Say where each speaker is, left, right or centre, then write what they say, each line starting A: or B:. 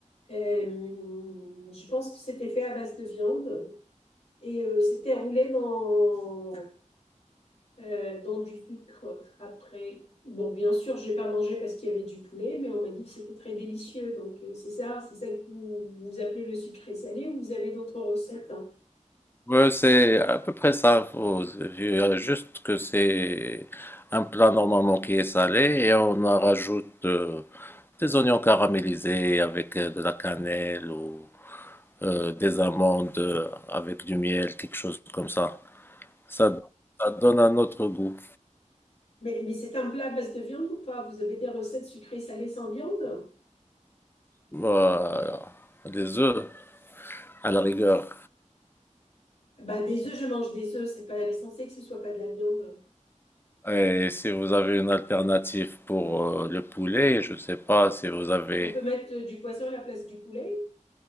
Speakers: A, on the left; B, on the left.
A: euh, je pense que c'était fait à base de viande et euh, c'était roulé dans, euh, dans du sucre après. Bon, bien sûr, j'ai pas mangé parce qu'il y avait du poulet, mais on m'a dit que c'était très délicieux. Donc, euh, c'est ça, c'est ça que vous, vous appelez le sucré salé ou vous avez d'autres recettes? hein
B: Ouais, c'est à peu près ça. faut- il y a juste que c'est un plat normalement qui est salé et on en rajoute euh, des oignons caramélisés avec euh, de la cannelle ou euh, des amandes euh, avec du miel, quelque chose comme ça. Ça, ça donne un autre goût.
A: Mais, mais c'est un plat à base de viande ou pas? Vous avez des recettes sucrées salées sans viande?
B: Bah, des œufs, à la rigueur.
A: Bah, des œufs, je mange des œufs. C'est pas l'essentiel que ce soit pas de la viande.
B: Et si vous avez une alternative pour euh, le poulet, je ne sais pas si vous avez.
A: On peut mettre euh, du poisson à la place du poulet.